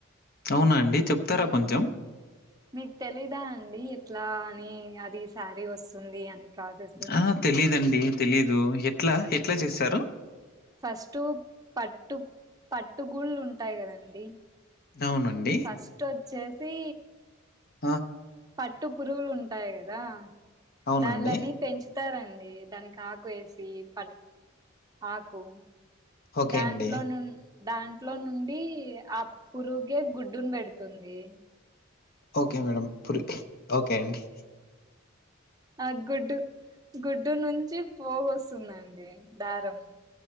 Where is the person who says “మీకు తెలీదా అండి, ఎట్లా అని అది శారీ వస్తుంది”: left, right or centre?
Right